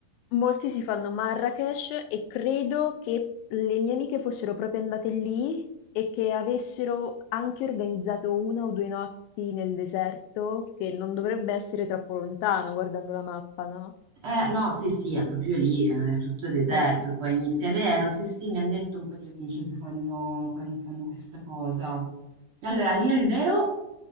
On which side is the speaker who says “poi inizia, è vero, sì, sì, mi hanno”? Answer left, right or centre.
Right